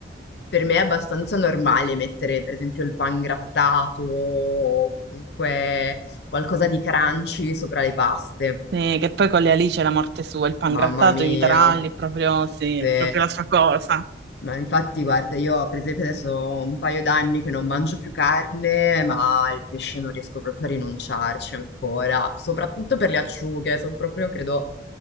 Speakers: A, on the left (about 65°); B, on the right (about 65°).
A: per me è abbastanza normale mettere, per esempio, il pan grattato o comunque qualcosa di crunchy sopra le paste.
B: Sì, che poi con le alici è la morte sua, il pangrattato,
A: Mamma mia.
B: e i taralli, proprio, sì,
A: Se...
B: è proprio la sua cosa.
A: Ma infatti, guarda, io per esempio adesso ho un paio d'anni che non mangio più carne, ma il pesce non riesco proprio a rinunciarci ancora, soprattutto per le acciughe, sono proprio, credo,